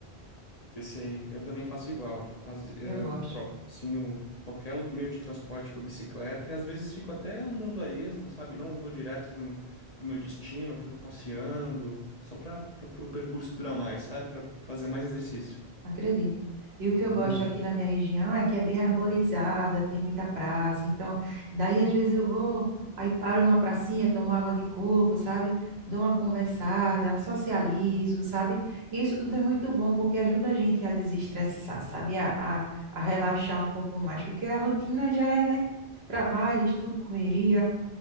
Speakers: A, on the left; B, on the right.
A: Esse aí, eu também faço igual. As, é,
B: Eu gosto.
A: troco, sim, o- qualquer meio de transporte, tipo bicicleta, e às vezes fico até andando a esmo, sabe? Não vou direto pro, pro meu destino, eu fico passeando, só para pra, pro percurso durar mais, sabe? para fazer mais exercício.
B: Acredito. E o que eu
A: Uhum.
B: gosto aqui na minha região é que é bem arborizada, tem muita praça. Então, daí às vezes eu vou, aí paro numa pracinha, tomo água de coco, sabe? Dou uma conversada, socializo, sabe? E isso tudo é muito bom porque ajuda a gente a desestressar, sabe? A, a, a relaxar um pouco mais, porque a rotina já é, né? Trabalho, estudo, correria.